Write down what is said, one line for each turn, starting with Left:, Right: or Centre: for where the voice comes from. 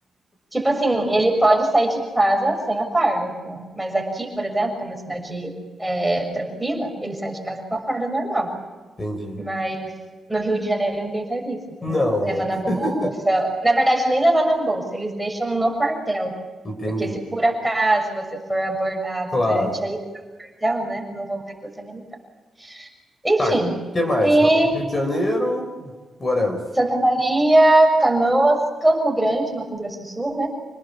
Centre: Tipo assim, ele pode sair de casa sem a farda, né? Mas aqui, por exemplo, que é uma cidade é, tranquila, ele sai de casa com a farda normal.
Left: Entendi.
Centre: Mas no Rio de Janeiro ninguém faz isso, entendeu?
Left: Não,
Centre: Leva
Left: né?
Centre: na bolsa.
Left: <laughs>
Centre: Na verdade, nem levar na bolsa, eles deixam no quartel.
Left: Entendi.
Centre: Porque se por acaso você for abordado
Left: Claro.
Centre: durante a ida para o quartel, né? Não vão ver que você é militar. Enfim,
Left: Tá, o que mais?
Centre: e
Left: Rio de Janeiro, what else?
Centre: Santa Maria, Canoas, Campo Grande, Mato Grosso do Sul, né?